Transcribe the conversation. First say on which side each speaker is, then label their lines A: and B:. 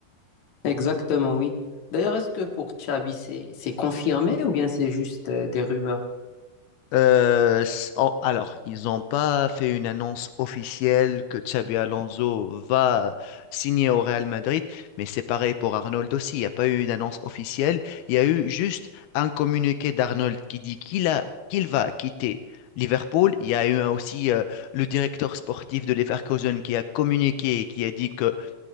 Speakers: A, on the left; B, on the left.
A: Exactement, oui. D'ailleurs, est-ce que pour Xabi, c'est c'est confirmé ou bien c'est juste euh, des rumeurs?
B: Euh, s- en- alors, ils n'ont pas fait une annonce officielle que Xabi Alonso va signer au Real Madrid, mais c'est pareil pour Arnold aussi. Il n'y a pas eu d'annonce officielle. Il y a eu juste un communiqué d'Arnold qui dit qu'il a, qu'il va quitter Liverpool. Il y a eu aussi euh, le directeur sportif de Leverkusen qui a communiqué, et qui a dit que